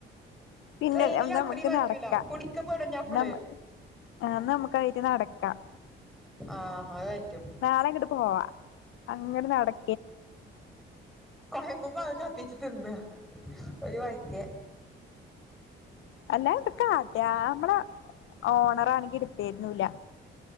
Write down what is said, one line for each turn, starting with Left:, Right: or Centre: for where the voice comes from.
Left: പിന്നെ
Centre: ട്രെയിനിൽ
Left: എന്നാ ഏന്താ
Centre: അത്രയും
Left: അമക്ക്
Centre: പറ്റൂല
Left: നടക്കാ
Centre: പിടിക്കപ്പെടും ഞമ്മള്
Left: നമ്മ ആഹ് നമുക്കായിട്ട് നടക്കാം
Centre: ആഹ് അത് പറ്റും
Left: നാളെങ്ങട് പ് പോവാ അങ്ങ്ട് നടക്ക്
Centre: കൊയമ്പുമ്പ അത് കത്തിച്ചു തിന്ന് ഒരു വായിക്കേ
Left: അല്ലാ എന്താ കാട്ട്കാ അമ്മള ഓണറാണെങ്കില് തെര്ണൂല്ല